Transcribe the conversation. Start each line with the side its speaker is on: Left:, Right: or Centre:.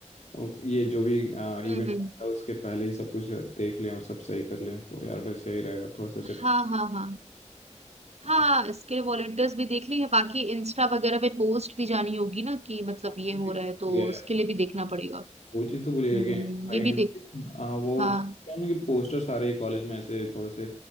Left: अ, ये जो भी इवेंट
Right: हम्म, हम्म,
Left: है उसके पहले ही सब कुछ देख लें और सब सही कर लें तो यार बस यही रहेगा थोड़ा सा
Right: हाँ हाँ हाँ हाँ
Left: ऐसे
Right: इसके वॉलंटियर्स भी देख लेंगे बाकी इंस्टा वगैरह पे पोस्ट भी जानी होगी ना कि मतलब
Left: हाँ,
Right: ये
Left: वो
Right: हो
Left: चीज़
Right: रहा है तो
Left: ये
Right: उसके
Left: है
Right: लिए भी देखना पड़ेगा
Left: वो चीज़ तो भूलिएगा
Right: हम्म हम्म,
Left: कि भाई
Right: ये
Left: इनविटेशन
Right: भी देख
Left: हाँ वो
Right: हाँ
Left: क्या ना कि पोस्टर सारे ही कॉलेज में ऐसे थोड़े से